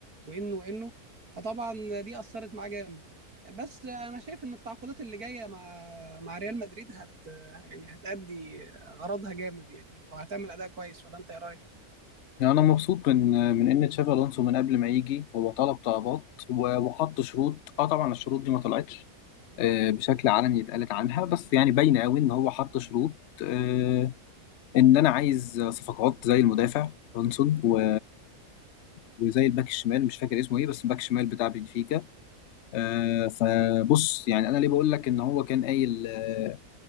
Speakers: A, on the right; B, on the left.
A: وانه وانه فطبعا دي اثرت معاه جامد بس انا شايف ان التعاقدات اللي جايه مع مع ريال مدريد هت يعني هتأدي غرضها جامد يعني وهتعمل اداء كويس ولا انت ايه رايك
B: يعني أنا مبسوط من من إن تشافي ألونسو من قبل ما يجي هو طلب طلبات و- وحط شروط أه طبعا الشروط دي ما طلعتش آه، بشكل علني اتقالت عنها بس يعني باينه قوي ان هو حط شروط آه، ان انا عايز صفقات زي المدافع رونسون و- وزي الباك الشمال مش فاكر اسمه ايه بس الباك الشمال بتاع بنفيكا آه، فبص يعني انا ليه بقول لك ان هو كان قايل آه،